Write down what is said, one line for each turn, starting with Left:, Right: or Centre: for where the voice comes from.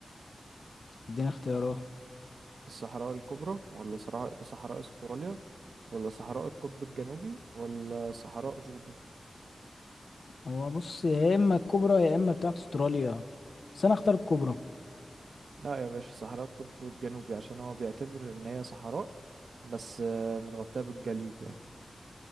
Left: اديني اختيارات
Right: الصحراء الكبرى ولا صحراء صحراء استراليا ولا صحراء القطب الجنوبي ولا صحراء جوبي
Left: هو بص يا اما الكبرى يا اما بتاعت استراليا بس انا اختار الكبرى
Right: لا يا باشا صحراء القطب الجنوبي عشان هو بيعتبر ان هي صحراء بس آه، متغطية بالجليد يعني